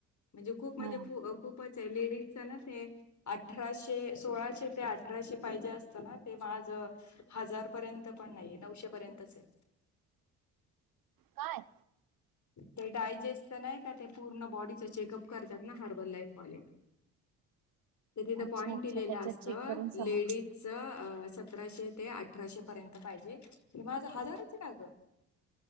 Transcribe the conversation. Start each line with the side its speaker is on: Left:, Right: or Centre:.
Left: म्हणजे खूप म्हणजे
Right: हा
Left: खूपच लेडीजच ना ते अठराशे सोळाशे ते अठराशे पाहिजे. असत ना ते माझं हजार पर्यंत पण नाहीय नऊशे पर्यंतच आहे.
Right: काय
Left: ते डायजेस्टच नायका ते पूर्ण बॉडीच चेकअप करतात ना हर्बल लाईफवाले ते तिथं
Right: अच्छा
Left: पॉइंट
Right: अच्छा
Left: दिलेलं
Right: त्याच्यात
Left: असत
Right: चेक करून समज
Left: लेडीजच सतराशे ते अठराशे पर्यंत. पाहिजे <unintelligible> <unintelligible>